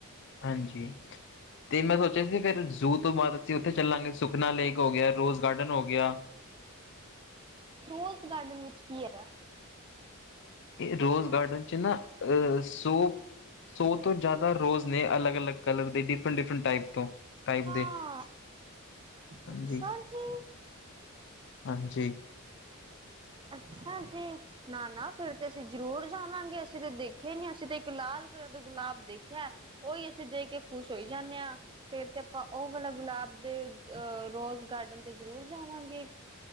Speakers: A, on the left; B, on the right.
A: ਹਾਂਜੀ, ਤੇ ਮੈਂ ਸੋਚਿਆ ਸੀ ਫਿਰ ਜ਼ੂ ਤੋਂ ਬਾਅਦ ਅਸੀਂ ਉੱਥੇ ਚੱਲਾਂਗੇ ਸੁਖਨਾ ਲੇਕ ਹੋ ਗਿਆ ਰੋਜ਼ ਗਾਰਡਨ ਹੋ ਗਿਆ।
B: ਰੋਜ਼ ਗਾਰਡਨ ਵਿੱਚ ਕੀ ਹੈਗਾ।
A: ਰੋਜ਼, ਗਾਰਡਨ ਵਿਚ ਚ ਨਾ ਅ ਸੋਪ ਸੌ ਤੋਂ ਜ਼ਿਆਦਾ, ਰੋਜ਼ ਨੇ, ਅਲੱਗ ਅਲੱਗ ਕਲਰ ਦੇ ਡਿਫਰੈਂਟ ਡਿਫਰੈਂਟ, ਟਾਈਪ। ਤੋਂ ਟਾਈਪ
B: ਹਾਂ
A: ਦੇ, ਹਾਂਜੀ।
B: ਅੱਛਾ ਜੀ
A: ਹਾਂਜੀ,
B: ਅੱਛਾ, ਜੀ। ਨਾ ਨਾ, ਫਿਰ ਤੇ ਅਸੀਂ ਜ਼ਰੂਰ ਜਾਵਾਂਗੇ ਅਸੀਂ ਤਾਂ ਦੇਖਿਆ ਹੀ ਨਹੀਂ ਅਸੀਂ ਤੇ ਇੱਕ ਲਾਲ ਕਲਰ ਦਾ ਗੁਲਾਬ ਦੇਖਿਆ। ਉਹੀ, ਅਸੀਂ ਦੇਖ ਕੇ ਖੁਸ਼ ਹੋਈ ਜਾਣੇ ਆ। ਫੇਰ ਤੇ ਆਪਾਂ ਉਹ ਵਾਲਾ ਗੁਲਾਬ ਦੇ ਅਹ ਰੋਜ਼ ਗਾਰਡਨ ਤੇ ਜ਼ਰੂਰ ਜਾਵਾਂਗੇ।